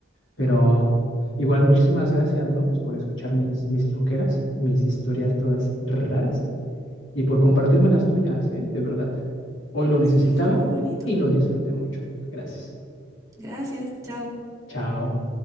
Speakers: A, on the left; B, on the right.
A: Pero igual, muchísimas gracias, ¿no? Pues por escuchar mis, mis loqueras, mis historias todas raras y por compartirme las tuyas, ¿eh? De verdad. Hoy lo necesitaba
B: Sí, fue muy bonito.
A: y lo disfruté mucho. Gracias.
B: Gracias, chao.
A: Chao.